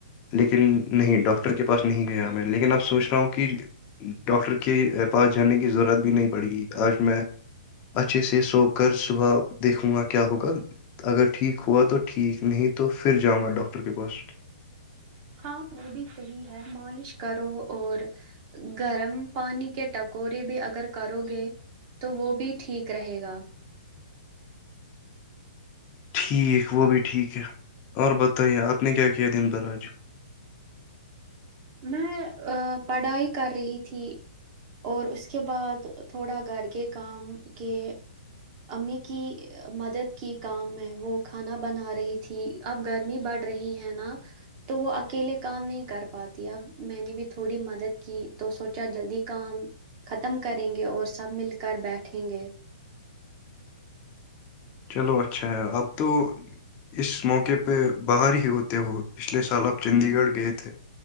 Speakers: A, on the left (about 30°); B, on the right (about 35°).
A: لیکن نہیں ڈاکٹر کے پاس نہیں گیا میں لیکن اب سوچ رہا ہوں کہ ڈاکٹر کے پاس جانے کی ضرورت بھی نہیں پڑ گی آج میں اچھے سے سو کر صبح دیکھوں گا کیا ہوگا اگر ٹھیک ہوا تو ٹھیک نہیں تو پھر جاؤں گا ڈاکٹر کے پاس
B: ہاں وہ بھی صحیح ہے مالش کرو اور گرم پانی کے ٹکورے بھی اگر کرو گے تو وہ بھی ٹھیک رہے گا
A: ٹھیک وہ بھی ٹھیک ہے اور بتائیے آپ نے کیا کیا دن بھر آج
B: میں پڑھائی کر رہی تھی اور اس کے بعد تھوڑا گھر کے کام کے امی کی مدد کی کام میں وہ کھانا بنا رہی تھی اب گرمی بڑھ رہی ہے نا تو وہ اکیلے کام نہیں کر پاتی اب میں نے بھی تھوڑی مدد کی تو سوچا جلدی کام ختم کریں گے اور سب مل کر بیٹھیں گے
A: چلو اچھا ہے آپ تو اس موقعے پہ باہر ہی ہوتے ہو پچھلے سال آپ چنندی گڑھ گئے تھے